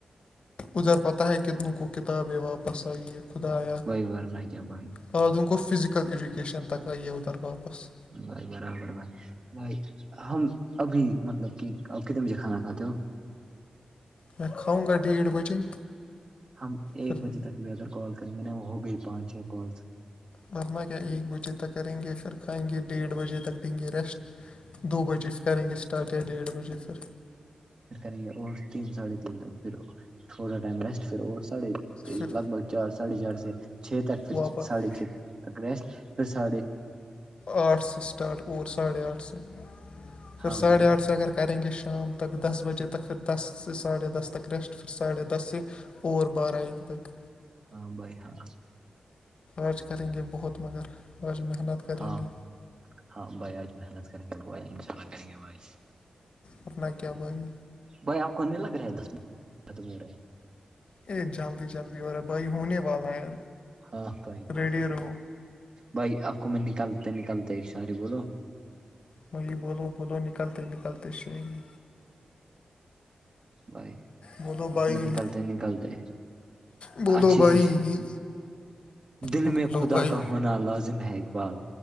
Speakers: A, on the left; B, on the right.
A: ادھر پتا ہے کتنی کو کتاب واپس آئی ہے خدایا
B: بھائی ورنہ کیا بھائی
A: قعدم گ فزكل ایجوکیشن تک آ اوتر واپس
B: بھائی برابر بھائی بھائی ہم ابھی مطلب کہ کتنے بجے کھانا کھاتے ہو
A: میں کھاؤ گا ڈیڑھ بجے
B: ہم ایک
A: پھر
B: بجے تک بھی اگر کال کریں گے نا وہ ہو گئی پانچ چھ کالس
A: بم اگر ایک بجے تک کریں گے پھر کھائیں گے ڈیڈھ بجے تک دیں گے ریسٹ دو بجے پھر کریں گے اسٹارٹ یا ڈیڑھ بجے پھر
B: پھر کریں گے اور تین ساڑھے تین تک پھر تھوڑا ٹائم ریسٹ فر اور ساڑھے
A: پھر
B: لگ بھگ چار ساڑھے چار سے چھ تک
A: واپس
B: ساڑھے چھ ٹک‌ریسٹ پھر ساڑھے
A: آٹھ سے سٹارٹ اور ساڑھے آٹھ سے پھر
B: ہاں
A: ساڑھے
B: بھائی
A: آٹھ سے اگر کریں گے شام تک دس بجے تک فر دس سے ساڑھے دس تک ریسٹ پھر ساڑھے دس سے اور بارہ ایک تک
B: ہاں بھائی ہاں
A: آج کریں گے بہت مگر آج محنت کریں
B: ہاں
A: گے
B: ہاں بھائی آج محنت کریں گے بھائی انشاء اللہ کریں گے بھائی
A: ورنہ کیا بھائی
B: بھائی آپ کونے لگ رہا ہے دس منٹ ختم ہو رہا ہے
A: اے جلدی جلدی ہو رہا بھائی ہونے والا ہے
B: ہاں بھائی
A: ریڈی رہو
B: بھائی آپ کو میں نکلتے نکالتے ایک شاعری بولوں
A: بھائی بولو بولو نکلتے نکلتے شعری
B: بھائی
A: بولو
B: اپ
A: بھائی
B: کو میں نکلتے نکلتے
A: بولو
B: اچھی
A: بھائی
B: سی دل
A: بولو
B: میں خدا
A: بھائی
B: کا ہونا ہونا لازم ہے اقبال